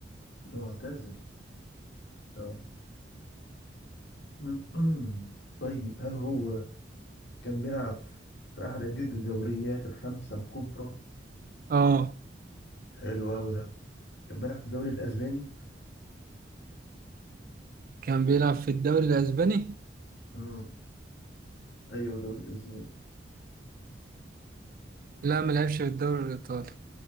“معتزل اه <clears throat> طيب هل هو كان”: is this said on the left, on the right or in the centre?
Left